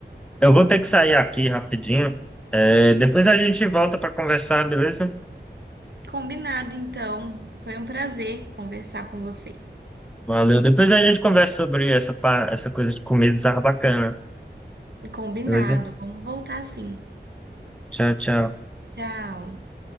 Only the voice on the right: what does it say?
Combinado, então. Foi um prazer conversar com você.
Combinado.
Vamos voltar sim.
Tchau.